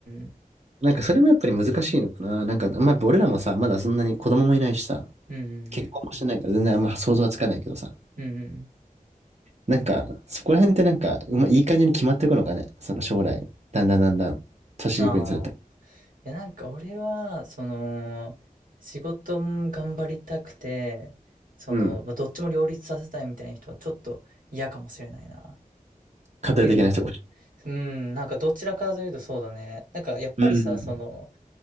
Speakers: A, on the right (about 70°); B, on the right (about 50°).
A: ん、
B: なんかそれもやっぱり難しいのかな。なんか、まあ、やっぱ俺らもさ、まだそんなに子供もいないしさ、
A: うん、うん、
B: 結婚もしてないから全然あんま想像はつかないけどさ、
A: うん。
B: なんか、そこら辺ってなんか、うまいい感じに決まっていくのかね。その将来、だんだんだんだん、年いくにつれて。
A: うんああ。いやなんか俺は、その、仕事も頑張りたくて、その、
B: うん。
A: まあ、どっちも両立させたいみたいな人はちょっと嫌かもしれないな。っ
B: 家庭的な人が。
A: ていうの。うん、なんかどちらかというとそうだね。なんかやっぱりさ、
B: うん。
A: その、